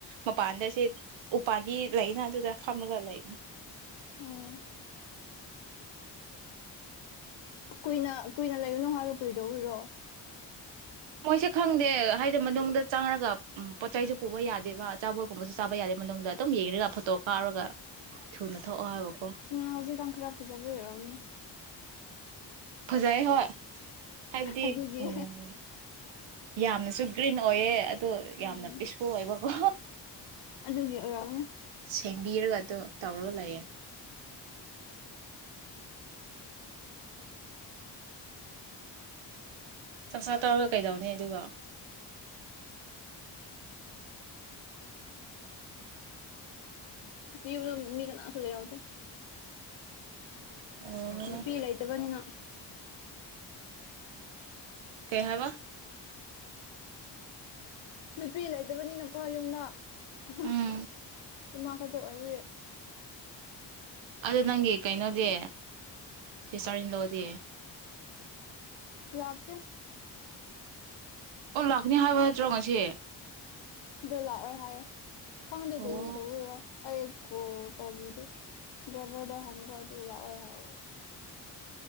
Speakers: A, on the right; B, on the left.
A: ꯃꯄꯥꯟꯗ ꯁꯤ ꯎꯄꯥꯟꯗꯤ ꯂꯩꯅ ꯑꯗꯨꯗ ꯐꯝꯃꯒ ꯂꯩꯕꯅꯤ
B: ꯎꯝ ꯀꯨꯏꯅ ꯀꯨꯏꯅ ꯂꯩꯒꯨꯅꯨ ꯍꯥꯏꯕ ꯀꯨꯏꯗꯧꯕꯤꯔꯣ
A: ꯃꯣꯏꯁꯦ ꯈꯪꯗꯦ ꯍꯥꯏꯗꯤ ꯃꯅꯨꯡꯗ ꯆꯥꯉꯔꯒ ꯄꯣꯠꯆ ꯆꯩꯁꯨ ꯄꯨꯕ ꯌꯥꯗꯦꯕ ꯑꯆꯥꯥꯕꯣꯜꯒꯨꯝꯕꯁꯨ ꯆꯥꯕ ꯌꯥꯗꯦ ꯃꯅꯨꯡꯗ ꯑꯗꯨꯝ ꯌꯦꯡꯔꯒ ꯐꯣꯇꯣ ꯀꯥꯞꯔꯒ ꯊꯨꯅ ꯊꯣꯛꯑꯣ ꯍꯥꯏꯕꯀꯣ
B: ꯍꯧꯖꯤꯛ ꯀꯥꯡꯪꯈꯔꯥ ꯐꯖꯕ ꯑꯣꯏꯔꯣꯅꯤꯅ
A: ꯐꯖꯩ ꯍꯣꯏ ꯍꯥꯏꯕꯗꯤ
B: ꯑꯗꯨꯒꯤ
A: ꯎꯝ ꯌꯥꯝꯅ ꯁꯨꯒ꯭ꯔꯤꯟ ꯑꯣꯏꯌꯦ ꯑꯗꯨꯣ
B: ꯎꯝ
A: ꯌꯥꯝꯅ ꯄꯤꯁꯐꯨ ꯑꯣꯏꯕꯀꯣ
B: ꯑꯗꯨꯒꯤ ꯑꯣꯏꯔꯛꯅꯦ
A: ꯊꯦꯡꯕꯤꯔꯒ ꯑꯗꯨꯝ ꯇꯧꯔꯒ ꯂꯩꯌꯦꯦ ꯆꯥꯛꯆꯥꯥ ꯇꯧꯔꯒ ꯀꯩꯗꯧꯅꯤ ꯑꯗꯨꯒ
B: ꯏꯕꯨ ꯃꯤꯀꯅ ꯑꯁꯂꯒꯗ
A: ꯑꯣ
B: ꯅꯨꯄꯤ ꯂꯩꯇꯕꯅꯤꯅ <inaudible>
A: ꯀꯩ ꯍꯥꯏꯕ
B: ꯅꯨꯄꯤ ꯂꯩꯇꯕꯅꯤꯅꯀꯣ ꯌꯨꯝꯗ
A: ꯎꯝ
B: <inaudible> ꯏꯃ ꯀꯗ ꯑꯣꯏ
A: ꯑꯗꯨ ꯅꯪꯒꯤ ꯀꯩꯅꯣꯗꯤ ꯁꯤ ꯁꯥꯔꯤ ꯂꯣꯗꯤ
B: ꯂꯥꯛꯇ <inaudible>
A: ꯑꯣ ꯂꯥꯛꯅꯤ ꯍꯥꯏꯕ ꯍꯥꯏꯠꯇ꯭ꯔꯣ ꯉꯁꯤ
B: ꯗꯣ ꯂꯥꯛ ꯑꯣꯏ ꯍꯥꯏꯔꯦ ꯈꯪꯗꯦ ꯑꯣꯏ
A: ꯑꯣ
B: ꯇꯧ ꯑꯣꯏꯔꯣ ꯑꯩ ꯀꯣꯜ ꯇꯧꯕꯤꯗꯦ ꯗ꯭ꯔꯥꯏꯚꯔꯗ ꯍꯪꯕ ꯑꯗꯨ ꯂꯥꯛꯑꯣꯏ ꯍꯥꯏꯔ